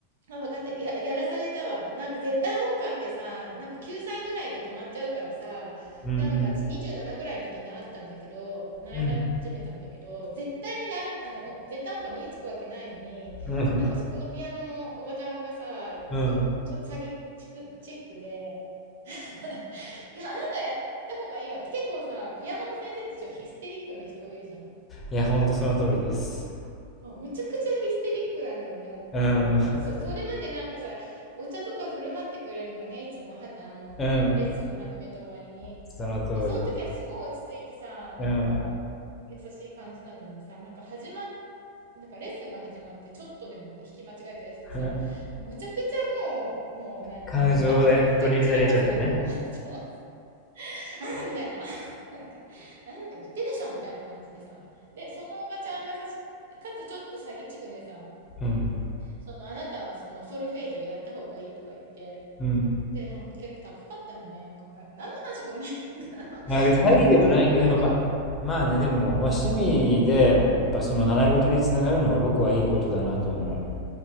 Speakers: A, on the right; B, on the left.
A: あ、分かった。いや、やらされたわ。なんか絶対音感ってさ、なんか9歳ぐらいで止まっちゃうからさ、
B: うんうん。
A: なんか私27ぐらいの時に習ったんだけど、習い始めたんだけど、
B: うん。
A: 絶対にな、あの、お絶対音感身につくわけないのに、
B: うん。
A: なんかそこのピアノのおばちゃんがさ、
B: うん。
A: そう、ちょっと詐欺チック、チックで、<laughs> いや、あなたやった方がいいわって、結構さ、ピアノの先生ってちょっとヒステリックな人多いじゃん。
B: いや、ほんとその通りです。
A: そう、むちゃくちゃヒステリックなんだよね。
B: うん。
A: おおなんか、そ、それまでなんかさ、お茶とか振る舞ってくれるのね、いつもは、あの、
B: うん。
A: レッスンの始めと終わりに。
B: その通り。
A: で、その時はすごい落ち着いてさ、なんか、
B: うん。
A: 優しい感じなのにさ、なんか始まっ、なんかレッスンが始まって、ちょっとでも引き間違えたりするとさ、
B: <laughs>
A: もうむちゃくちゃもう、もう何、
B: 感情で取り乱れちゃってね。
A: いあ、怒り散らかすわけよ。<laughs> <laughs> あみたいな <laughs>。なんか、なんか言ってでしょみたいな感じでさ。で、そのおばちゃんがさ、かつちょっと詐欺地区でさ、
B: うん。
A: そのあなたはそのソルフェージュをやった方がいいとか言って、
B: うん。
A: で、なんか結構高かったよね。なんかは何の話ごめん <laughs>。なんか何の話1万円ぐらい。
B: まあ、詐欺でもないけど、でもやっぱ、まあね、でも、まあ、趣味で、やっぱその習い事につながるのは僕はいいことだなと思う。や